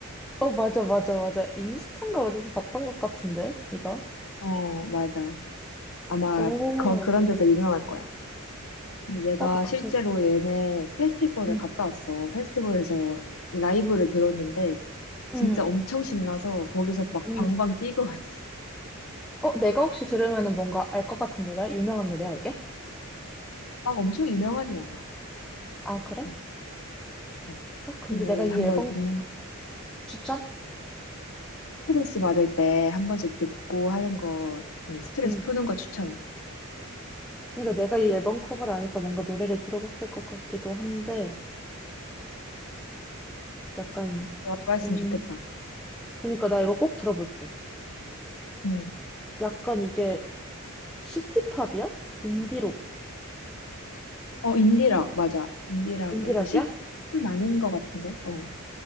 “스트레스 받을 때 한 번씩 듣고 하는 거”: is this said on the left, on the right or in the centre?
Left